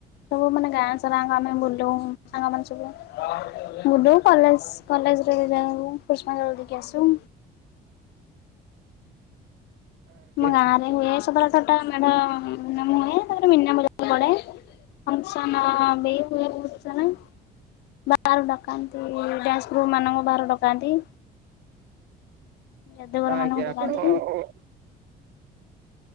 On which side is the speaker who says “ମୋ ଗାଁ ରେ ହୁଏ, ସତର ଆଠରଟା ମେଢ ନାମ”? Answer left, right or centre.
Left